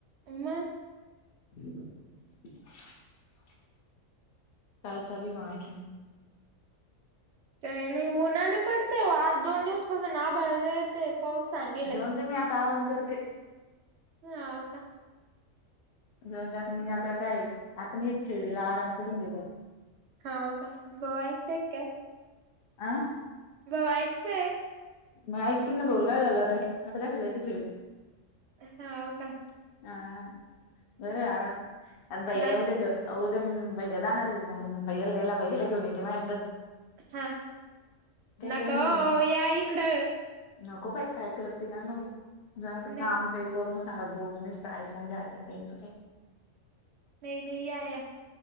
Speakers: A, on the right; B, on the left.
A: मं!
B: <inaudible> काय चालूयं ग आखीन.
A: काही नाही उन्हा लयी पडतयं आज दोन दिवस पासून आभाळ लय येतयं. हो सांग!
B: जाऊन दे मी आता आराम करते.
A: हो का!
B: जाऊ दें आता मी आता काय, आता मी एक खेडीला आराम करून घेते.
A: हो का भाऊ यांकताय काय,
B: अ
A: भाऊ ऐकतोय.
B: म ऐकतील भाऊला काय झालं आता आता राशदला यायचंय.
A: ह हो का!
B: हा बरयं आरा अनं भैयाला
A: नका
B: उदया घेऊ उदया मं भैय्या जाणारये मंग भैयाला घ्यायला भैय्याला घेऊन येते मायांकडं!
A: हा नका
B: टेन्शन नाही
A: ओ या इकडं.
B: नको बाई काय करते कानू, जाऊन ते
A: नाही
B: कांमते! करून सारा बोर नीसत ऐकून घ्या आयकीन त्यांच कायं!
A: नाही नाही या या